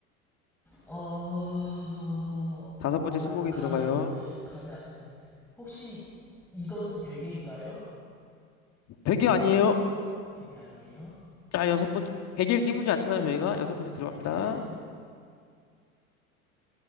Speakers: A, in the centre; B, on the left.
A: 어,
B: 다섯 번째
A: 아,
B: 스무고개
A: 이거 감이,
B: 들어가요.
A: 감이 안 잡히네. 혹시 이것은 베개인가요?
B: 백이 아니에요.
A: 베개 아니에요?
B: 자, 여섯 번, 베개를 깨물지 않잖아요, 저희가. 여섯 번째 들어갑니다.
A: 예.